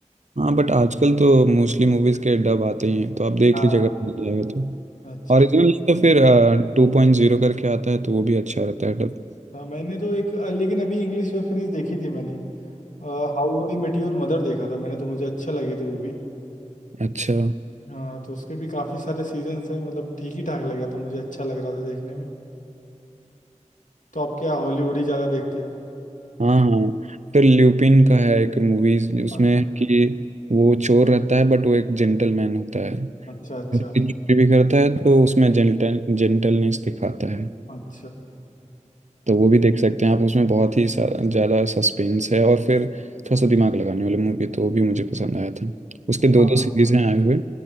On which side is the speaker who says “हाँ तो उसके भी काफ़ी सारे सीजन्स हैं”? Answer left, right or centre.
Left